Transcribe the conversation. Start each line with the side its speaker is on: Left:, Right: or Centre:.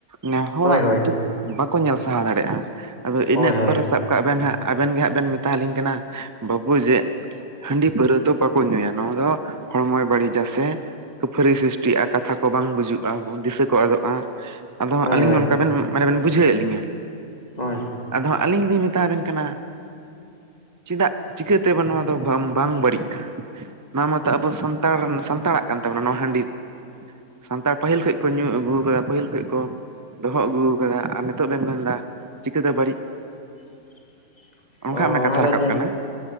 Right: ᱱᱮ ᱦᱚᱲᱟᱜ
Left: ᱦᱳᱭ ᱦᱳᱭ
Right: ᱫᱩᱠᱷ ᱵᱟᱠᱚ ᱧᱮᱞ ᱥᱟᱦᱟᱣ ᱫᱟᱲᱮᱭᱟᱜᱼᱟ ᱟᱫᱚ
Left: ᱦᱳᱭ
Right: ᱤᱱᱟᱹ ᱚᱠᱛᱚ
Left: ᱦᱳᱭ
Right: ᱨᱮ ᱥᱟᱵ ᱠᱟᱜ ᱵᱮᱱ ᱦᱟᱸᱜ ᱟᱵᱮᱱ ᱜᱮ ᱦᱟᱸᱜ ᱵᱮᱱ ᱢᱮᱛᱟ ᱦᱹᱟᱞᱤᱧ ᱠᱟᱱᱟ ᱵᱟᱹᱵᱩ ᱡᱮ ᱦᱟᱹᱸᱰᱤ ᱯᱟᱹᱣᱨᱟᱹ ᱫᱚ ᱵᱟᱠᱚ ᱧᱩᱭᱟ ᱱᱚᱣᱟ ᱫᱚ ᱦᱚᱲᱢᱚᱭ ᱵᱟᱹᱲᱤᱡᱟ ᱥᱮ ᱯᱷᱟᱹᱨᱤ ᱥᱨᱤᱥᱴᱤᱜᱼᱟ ᱠᱟᱛᱷᱟ ᱠᱚ ᱵᱟᱝ ᱵᱩᱡᱩᱜᱼᱟ ᱫᱤᱥᱟᱹ ᱠᱚ ᱟᱫᱚᱜᱼᱟ ᱟᱫᱚ
Left: ᱦᱳᱭ
Right: ᱟᱹᱞᱤᱧ
Left: ᱦᱳᱭ
Right: ᱚᱱᱠᱟ ᱵᱮᱱ ᱢᱟᱱᱮ ᱵᱮᱱ ᱵᱩᱡᱷᱟᱹᱣ ᱮᱫ ᱞᱤᱧᱟᱹ
Left: ᱦᱳᱭ
Right: ᱟᱫᱚ ᱟᱹᱞᱤᱧ ᱞᱤᱧ ᱢᱮᱛᱟ ᱦᱟᱵᱮᱱ ᱠᱟᱱᱟ ᱪᱮᱫᱟᱜ ᱪᱤᱠᱟᱹᱛᱮᱵᱮᱱ ᱱᱚᱣᱟ ᱫᱚ ᱵᱟᱝ ᱵᱟᱹᱲᱤᱡᱼᱟ ᱱᱚᱣᱟ ᱢᱟᱛᱚ ᱟᱵᱚ ᱥᱟᱱᱛᱟᱲ ᱥᱟᱱᱛᱟᱲᱟᱜ ᱠᱟᱱ ᱛᱟᱵᱚᱱᱟ ᱱᱚᱣᱟ ᱦᱟᱹᱸᱰᱤ ᱫᱚ ᱥᱟᱱᱛᱟᱲ ᱯᱟᱹᱦᱤᱞ ᱠᱷᱚᱡ ᱠᱚ ᱧᱩ ᱟᱹᱜᱩ ᱠᱟᱫᱟ ᱯᱟᱹᱦᱤᱞ ᱠᱷᱚᱡ ᱠᱚ ᱫᱚᱦᱚ ᱟᱹᱜᱩ ᱠᱟᱫᱟ ᱟᱨ ᱱᱤᱛᱚᱜ ᱵᱮᱱ ᱢᱮᱱᱫᱟ ᱪᱤᱠᱟᱹᱛᱮ ᱵᱟᱹᱲᱤᱡ
Left: <inaudible>
Right: ᱚᱱᱠᱟ
Left: ᱚ
Right: ᱢᱟᱱᱮ ᱠᱟᱛᱷᱟ
Left: ᱚᱱᱟ ᱫᱚ
Right: ᱨᱟᱠᱟᱵ
Left: ᱧᱮᱞ
Right: ᱠᱟᱱᱟ